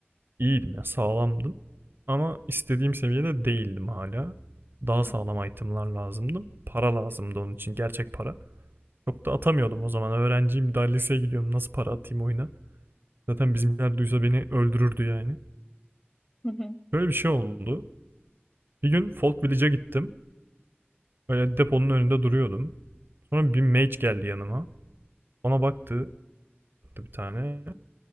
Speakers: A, on the right; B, on the left.
A: İyiydim ya, sağlamdım. Ama istediğim seviyede değildim hala. Daha sağlam
B: Hı.
A: itemlar lazımdı. Para lazımdı onun için, gerçek para. Çok da atamıyordum o zaman. Öğrenciyim, daha liseye gidiyorum. Nasıl para atayım oyuna? Zaten bizimkiler duysa beni öldürürdü yani.
B: Hı hı.
A: Böyle bir şey oldu. Bir gün Folk Village'e gittim. Böyle deponun önünde duruyordum. Sonra bir mage geldi yanıma. Ona baktı bir tane.